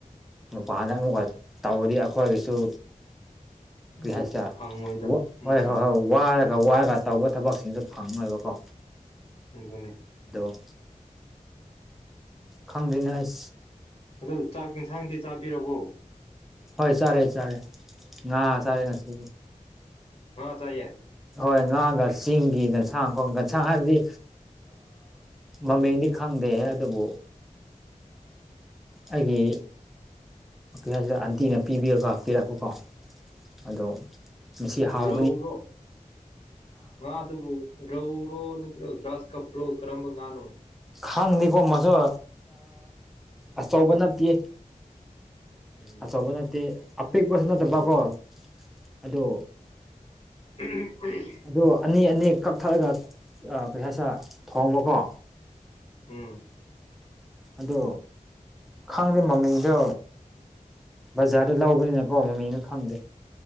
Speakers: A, in the centre; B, on the left (about 45°).
A: ꯅꯨꯄꯥꯥꯟꯗ ꯑꯃꯨꯛꯀ ꯇꯧꯔꯤ ꯑꯩꯈꯣꯏꯒꯤꯁꯨ
B: ꯑꯃꯨꯛ
A: ꯥꯏꯁ
B: ꯐꯪꯉꯣꯏꯗꯕ ꯎꯝ
A: ꯍꯣꯏ ꯍꯣꯏ ꯍꯣꯏ ꯋꯥꯔ ꯈ ꯋꯥꯔꯒ ꯇꯧꯕ ꯊꯕꯛꯁꯤꯡꯁꯨ ꯐꯪꯉꯣꯏꯕꯀꯣ
B: ꯏꯒꯅꯦ
A: ꯗꯣ ꯈꯪꯗꯅ ꯑꯩ
B: ꯑꯗꯨ ꯆꯥꯛ ꯌꯦꯟꯁꯥꯡꯗꯤ ꯆꯥꯕꯤꯔꯕꯣ
A: ꯍꯣꯏ ꯆꯔꯦ ꯆꯔꯦ ꯉ ꯆꯔꯦ ꯅ ꯁꯤ
B: ꯍꯥ ꯆꯥꯏꯌꯦ
A: ꯍꯣꯏ ꯉꯥꯒ ꯆꯤꯡꯒꯤ ꯟꯁꯥꯡꯈꯣ ꯟꯁꯥꯡ ꯍꯥꯏꯕꯗꯤ ꯃꯃꯤꯡꯗꯤ ꯈꯪꯗꯦ ꯑꯗꯨꯕꯨ ꯑꯩꯒꯤ ꯁꯤꯗ ꯑꯟꯇꯤꯅ ꯄꯤꯕꯤꯔꯒ ꯄꯤꯔꯛꯄꯀꯣ ꯑꯗꯣ ꯃꯁꯤꯁꯤ ꯍꯥꯎ
B: ꯌꯔꯣ ꯉꯥꯗꯨꯕꯨ ꯔꯧꯔꯣ ꯅꯠꯇ꯭ꯔꯣꯒ꯭ꯔꯥꯁ ꯀꯞ꯭ꯔꯣ ꯀꯔꯝꯕ ꯉꯅꯣ
A: ꯈꯪꯅꯤꯀꯣ ꯃꯁꯨ ꯑ ꯑꯆꯧꯕ ꯅꯠꯇꯦ
B: ꯎꯝ
A: ꯑꯆꯧꯕ ꯅꯠꯇꯦ ꯑꯄꯤꯛꯄꯁꯨ ꯅꯠꯇꯕꯀꯣ
B: ꯑꯣ
A: ꯑꯗꯨ
B: ꯎꯝ
A: ꯑꯗꯨ ꯑꯅꯤ ꯑꯅꯤ ꯀꯛꯊꯠꯂꯒ ꯄꯩꯁꯥ ꯁꯥ ꯊꯣꯡꯕꯀꯣ
B: ꯎꯝ
A: ꯑ ꯈꯪꯗꯦ ꯃꯃꯤꯡꯗꯣ ꯕꯖꯥꯔꯗ ꯂꯧꯕꯅꯤꯅꯀꯣ ꯃꯃꯤꯡꯁꯨ ꯈꯪꯗꯦ